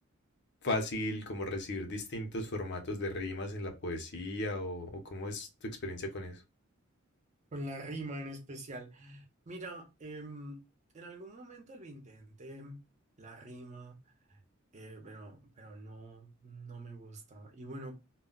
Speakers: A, on the left; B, on the right.
A: fácil como recibir distintos formatos de rimas en la poesía o, o cómo es tu experiencia con eso?
B: con la rima en especial. Mira, em, en algún momento lo intenté, la rima. eh, pero, pero no, no me gusta. Y bueno,